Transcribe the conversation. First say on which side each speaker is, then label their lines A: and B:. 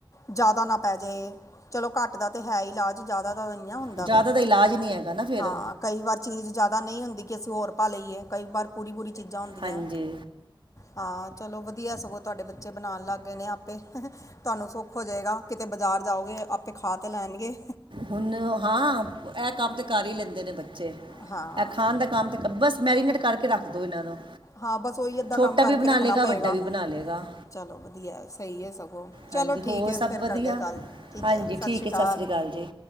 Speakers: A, on the left (about 40°); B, on the right (about 70°).
A: ਜ਼ਿਆਦਾ ਨਾ ਪੈ ਜੇ, ਚਲੋ ਘੱਟ ਦਾ ਤੇ ਹੈ ਇਲਾਜ। ਜ਼ਿਆਦਾ ਤਾਂ ਨਂਈ ਨਾ ਹੁੰਦਾ
B: ਜ਼ਿਆਦਾ
A: ਫੇਰ,
B: ਦਾ ਇਲਾਜ ਨਹੀਂ ਹੈਗਾ ਨਾ ਫਿਰ
A: ਹਾਂ। ਕਈ ਵਾਰ ਚੀਜ਼ ਜਾ਼ਦਾ ਨਂਈ ਹੁੰਦੀ ਕਿ ਅਸੀਂ ਹੋਰ ਪਾ ਲਈਏ ਕਈ ਵਾਰ ਪੂਰੀ-ਪੂਰੀ ਚੀਜ਼ਾਂ ਹੋਂਦੀਐਂ।
B: ਹਾਂਜੀ
A: ਹਾਂ ਚਲੋ ਵਦੀਆ ਸਗੋਂ ਤੁਆਡੇ ਬੱਚੇ ਬਣਾਣ ਲੱਗ ਗਏ ਨੇ ਆਪੇ, ਤੁਆਨੂੰ ਸੁਖ ਹੋ ਜਏਗਾ। ਕਿਤੇ ਬਾਜ਼ਾਰ ਜਾਓਗੇ ਆਪੇ ਖਾ ਤੇ ਲੈਣਗੇ।
B: ਹੁਣ ਹਾਂ, ਐ ਕੰਮ ਤੇ ਕਰ ਈ ਲੈਂਦੇ ਨੇ ਬੱਚੇ
A: ਹਾਂ
B: ਐ ਖਾਣ ਦਾ। ਕੰਮ ਤੇ ਬਸ ਮੈਰੀਨੇਟ ਕਰਕੇ ਰੱਖ ਦੋ ਇੱਨਾਂ ਨੂੰ।
A: ਹਾਂ ਬਸ ਓਹੀ ਅੱਧਾ
B: ਛੋਟਾ
A: ਕੰਮ ਕਰਕੇ
B: ਵੀ ਬਣਾ
A: ਰੱਖਣਾ
B: ਲੇਗਾ
A: ਪਏਗਾ।
B: ਵੱਡਾ ਵੀ ਬਣਾ ਲੇਗਾ
A: ਚਲੋ ਵਧੀਆ ਸਈ ਐ ਸਗੋਂ, ਚਲੋ
B: ਹਾਂਜੀ
A: ਠੀਕ
B: ਹੋਰ
A: ਐ
B: ਸਭ
A: ਫੇਰ
B: ਵਧੀਆ
A: ਕਰਦੇ ਗੱਲ ਠੀਕ ਐ, ਸਸ਼
B: ਠੀਕ
A: ਸ਼੍ਰੀ
B: ਹੈ
A: ਕਾਲ।
B: ਸਤਿ ਸ੍ਰੀ ਹਾਂਜੀ।